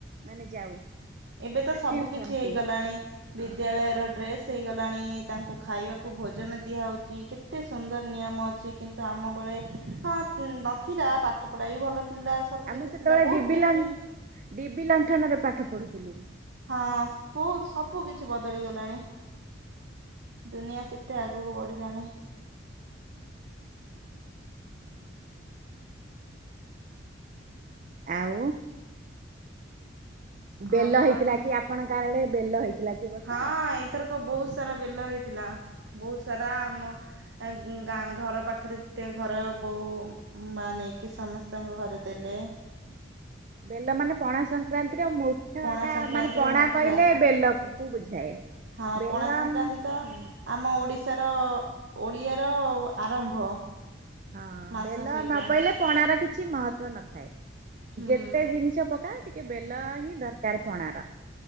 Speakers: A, on the right; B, on the right.
A: ମାନେ ଯାଉ।
B: ଏବେ ତ ସବୁ
A: ଟିଉସନ
B: କିଛି ହେଇଗଲାଣି
A: କୁ
B: ବିଦ୍ୟାଳୟର
A: ହଁ
B: ଡ୍ରେସ ହେଇଗଲାଣି ତାଙ୍କୁ ଖାଇବାକୁ ଭୋଜନ ଦିଆହଉଚି କେତେ ସୁନ୍ଦର ନିୟମ ଅଛି। କିନ୍ତୁ ଆମ ବେଳେ ହଁ ନଥିଲା ପାଠ ପଢା ବି ଭଲ ଥିଲା। ସବୁ
A: ଆମେ
B: କିଛି
A: ସେତେବେଳେ
B: ଥିଲା ବହୁତ
A: ଡିବି
B: କିଛି
A: ଲ ଡିବି ଲଣ୍ଠନରେ ପାଠ ପଢୁଥୁଲୁ।
B: ହଁ ସ୍ପୁ ସବୁ କି ଛି ବଦଳି ଗଲାଣି ଦୁନିଆ କେତେ ଆଗକୁ ବଢିଲାଣି।
A: ଆଉ ବେଲ
B: ଆଉ
A: ହେଇଥିଲା
B: କଣ
A: କି ଆପଣଙ୍କ ଆଡେ ବେଲ ହେଇଥିଲା କି ଏ ବର୍ଷ?
B: ହଁ ଏଇଥରକ ବୋହୁତ ସାରା ବେଲ ହେଇଥିଲା ବୋହୁତ ସାରା ଆମ ଆଁ ଗୁଁ ଗାଁ ଘର ପାଖରେ ଯେତେ ଘର ବୋଉ ମା ନେଇକି ସମସ୍ତଙ୍କ ଘରେ ଦେଲେ।
A: ବେଲ ମାନେ ପଣା ସଂକ୍ରାନ୍ତିର ମୁଖ୍ୟଟା
B: ପଣା ସଂକ୍ରାନ୍ତିର
A: ମାନେ ପଣା
B: ମୁଖ୍ୟ
A: କହିଲେ ବେଲ କୁ ବୁଝାଏ।
B: ହଁ
A: ବେଲ
B: ପଣା ସଂକ୍ରାନ୍ତି ତ
A: ହୁଁ
B: ଆମ ଓଡିଶାର ଓଡିଆର ଆରମ୍ଭ।
A: ହଁ
B: ମାସ
A: ବେଲ
B: ସେଇଟା
A: ନ ପଇଲେ ପଣାର କିଛି ମହତ୍ଵ ନଥାଏ।
B: ହୁଁ
A: ଯେତେ ଜିନିଷ ପକା ଟିକେ ବେଲ ହିଁ ଦରକାର ପଣାର।